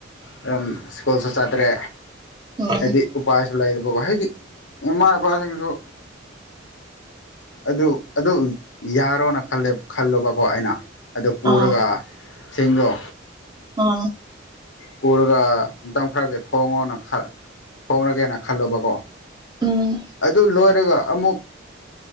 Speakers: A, on the left; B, on the right.
A: ꯑꯗꯨꯝ ꯁ꯭ꯀꯨꯜꯁꯨ ꯆꯥꯇ꯭ꯔꯦ
B: ꯎꯝ
A: ꯍꯥꯏꯗꯤ ꯎꯄꯥꯏꯁꯨ ꯂꯩꯕꯀꯣ ꯍꯥꯏꯗꯤ ꯏꯃꯥ ꯏꯄꯥꯁꯤꯡꯁꯨ ꯑꯗꯨ ꯑꯗꯨ ꯌꯥꯔꯣꯅ ꯈꯜꯂꯣꯕꯀꯣ ꯑꯩꯅ ꯑꯗꯨ ꯄꯨꯔꯒ
B: ꯑꯥ
A: ꯁꯤꯒꯣ
B: ꯑꯥ
A: ꯀꯔꯒ ꯃꯇꯝ ꯈꯔꯒꯤ ꯊꯣꯡꯉꯣꯅ ꯊꯣꯡꯡꯂꯒꯦꯅ ꯈꯜꯂꯨꯕꯀꯣ
B: ꯎꯝ
A: ꯑꯗꯨ ꯂꯣꯏꯔꯒ ꯑꯃꯨꯛ